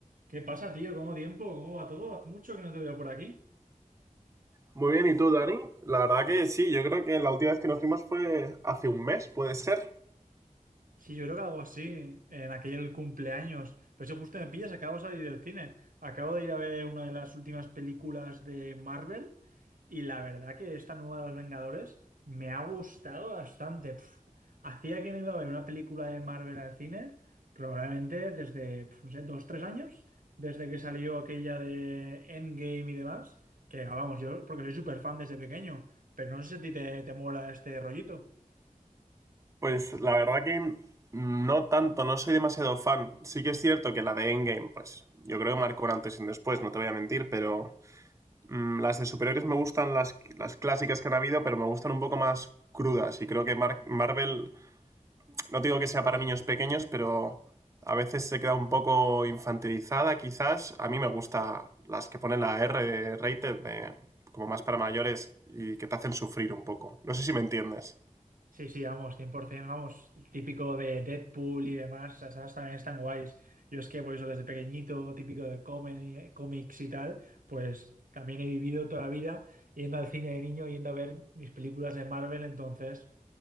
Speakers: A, on the right; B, on the right.
A: ¿Qué pasa, tío? ¿Cómo tiempo? ¿Cómo va todo? Hace mucho que no te veo por aquí.
B: Muy bien, ¿y tú, Dani? La verdad que sí, yo creo que la última vez que nos vimos fue hace un mes, ¿puede ser?
A: Sí, yo creo que algo así, en aquel cumpleaños. Pero si justo me pillas, acabo de salir del cine. Acabo de ir a ver una de las últimas películas de Marvel y la verdad que esta nueva de los Vengadores me ha gustado bastante. Pf, hacía que no iba a ver una película de Marvel al cine, probablemente desde, pf, no sé, dos, tres años, desde que salió aquella de Endgame y demás. Que ah, vamos, yo porque soy súper fan desde pequeño, pero no sé si a ti te, te mola este rollito.
B: Pues la verdad que no tanto, no soy demasiado fan. Sí que es cierto que la de Endgame, pues yo creo que marcó un antes y un después, no te voy a mentir, pero mm, las de superhéroes me gustan las, las clásicas que han habido, pero me gustan un poco más crudas y creo que Mar- Marvel no digo que sea para niños pequeños, pero a veces se queda un poco infantilizada, quizás. A mí me gusta las que ponen la R de rated, de, como más para mayores, y que te hacen sufrir un poco. No sé si me entiendes.
A: Sí, sí, vamos, 100%, vamos, típico de Deadpool y demás, esas también están guays. Yo es que por eso desde pequeñito, típico de comi- cómics y tal, pues también he vivido toda la vida yendo al cine de niño, yendo a ver mis películas de Marvel, entonces